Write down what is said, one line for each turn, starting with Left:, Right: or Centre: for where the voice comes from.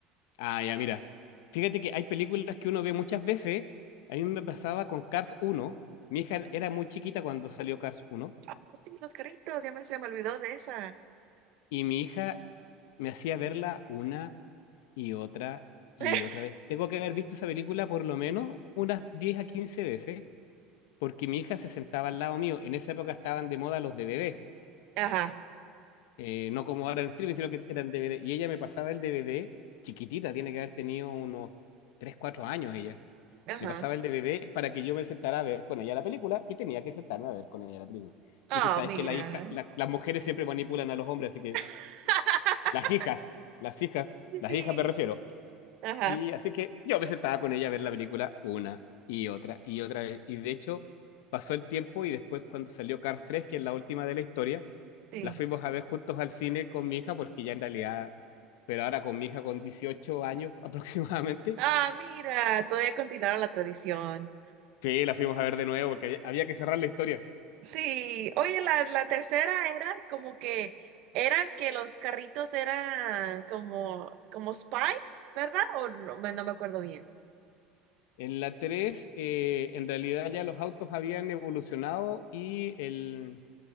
Left: Ah, ya, mira. Fíjate que hay películas que uno ve muchas veces. A mí me pasaba con Cars uno Mi hija era muy chiquita cuando salió Cars uno
Right: Ah, pues sí, los carritos, ya me se me olvidó de esa.
Left: y mi hija me hacía verla una y otra y
Right: <laughs>
Left: otra vez. Tengo que haber visto esa película por lo menos unas 10 a 15 veces porque mi hija se sentaba al lado mío. En esa época estaban de moda los DVD,
Right: Ajá,
Left: eh, no como ahora en el streaming, sino que eran DVD. Y ella me pasaba el DVD, chiquitita, tiene que haber tenido unos 3 4 años ella.
Right: ajá.
Left: Me pasaba el DVD para que yo me sentara a ver con ella la película y tenía que sentarme a ver con ella la película.
Right: Ah,
Left: Y tú sabes
Right: mira.
Left: que la hija, la- las mujeres siempre manipulan a los hombres, así que
Right: <laughs>
Left: las hijas, las hijas,
Right: Sí,
Left: las
Right: sí.
Left: hijas me refiero,
Right: Ajá,
Left: Y así que yo me sentaba con ella a ver la película una y otra y otra vez. Y de hecho, pasó el tiempo y después cuando salió Cars tres que es la última de la historia,
Right: sí.
Left: la fuimos a ver juntos al cine con mi hija, porque ya en realidad, pero ahora con mi hija con dieciocho años <laughs> aproximadamente,
Right: Ah, mira, todavía continuaron la tradición.
Left: sí, la fuimos a ver de nuevo porque había, había que cerrar la historia.
Right: Sí, oye, la, la tercera era como que eran que los carritos eran como, como spies, ¿verdad? O no, me- no me acuerdo bien.
Left: En la 3 eh, en realidad ya los autos habían evolucionado y el,